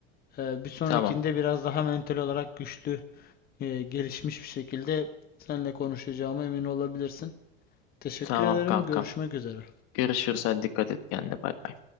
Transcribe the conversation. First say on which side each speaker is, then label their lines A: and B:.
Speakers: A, on the left (about 30°); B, on the left (about 60°).
A: Eee, bir sonrakinde
B: Tamam.
A: biraz daha mental olarak güçlü, eee, gelişmiş bir şekilde seninle konuşacağıma emin olabilirsin. Teşekkür
B: Tamam
A: ederim.
B: kankam.
A: Görüşmek üzere.
B: Görüşürüz. Hadi dikkat et kendine. Bay bay.